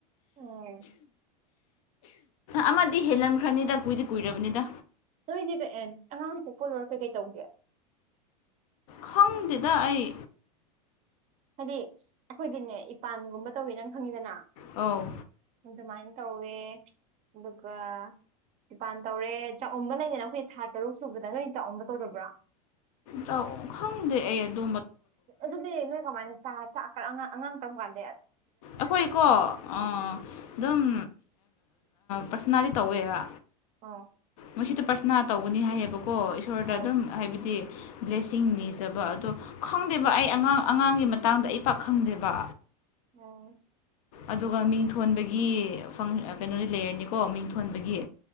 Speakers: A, on the right; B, on the left.
A: ꯑ
B: ꯑꯃꯗꯤ ꯍꯦꯜꯂꯝꯈ꯭ꯔꯅꯤꯗ ꯀꯨꯏꯗꯤ ꯀꯨꯏꯔꯕꯅꯤꯗ
A: ꯅꯣꯏꯗꯤ ꯑꯦ ꯑꯉꯥꯡ ꯄꯣꯛꯄ ꯂꯧꯔꯛ ꯀꯩ ꯀꯩ ꯇꯧꯒꯦ
B: ꯈꯪꯗꯦꯗ ꯑꯩ
A: ꯍꯥꯏꯗꯤ ꯑꯩꯈꯣꯏꯗꯤꯅꯦ ꯏꯄꯥꯟꯒꯨꯝꯕ ꯇꯧꯋꯤ ꯅꯪ ꯈꯪꯉꯤꯗꯅ
B: ꯑꯧ
A: ꯑꯗꯨꯃꯥꯏꯅ ꯇꯧꯋꯦ ꯑꯗꯨꯒ ꯏꯄꯥꯟ ꯇꯧꯔꯦ ꯆꯥꯛꯎꯝꯕ ꯂꯩꯗꯅ ꯑꯩꯈꯣꯏ ꯊꯥ ꯇꯔꯨꯛ ꯁꯨꯕꯗ ꯅꯣꯏ ꯆꯥꯛꯎꯕ ꯇꯧꯗꯕ꯭ꯔꫭ
B: ꯆꯥꯛꯎꯝ ꯈꯪꯗꯦ ꯑꯩ ꯑꯗꯨ
A: ꯑꯗꯨꯗꯤ ꯅꯣꯏ ꯀꯃꯥꯏꯅ ꯆ ꯆꯥꯛ ꯀꯔꯝ ꯑꯡꯉꯥꯡ ꯀꯔꯝ ꯀꯥꯟꯗꯩ
B: ꯑꯩꯈꯣꯏꯀꯣ ꯑꯥ ꯑꯗꯨꯝ ꯄ꯭ꯔꯥꯊꯅꯗꯤ ꯇꯧꯋꯦꯕ
A: ꯑꫭ
B: ꯃꯣꯏꯁꯤꯗ ꯄ꯭ꯥꯔꯊꯅꯥ ꯇꯧꯒꯅꯤ ꯍꯥꯏꯌꯦꯕꯀꯣ ꯏꯁꯣꫪꯗ
A: ꯑꯧ
B: ꯑꯗꯨꯝ ꯍꯥꯏꯕꯗꯤ ꯕ꯭ꯂꯦꯁꯤꯡ ꯅꯤꯖꯕ ꯑꯗꯣ ꯈꯪꯗꯦꯕ ꯑꯩ ꯑꯉꯥꯡ ꯑꯉꯥꯡꯒꯤ ꯃꯇꯥꯡꯗ ꯑꯩ ꯄꯥꯛ ꯈꯪꯗꯦꯕ
A: ꯎꯝ
B: ꯑꯗꯨꯒ ꯃꯤꯡ ꯊꯣꯟꯕꯒꯤ ꯐꯪ ꯀꯩꯅꯣꯗꯤ ꯂꯩꯔꯅꯤꯀꯣ ꯃꯤꯡ ꯊꯣꯟꯕꯒꯤ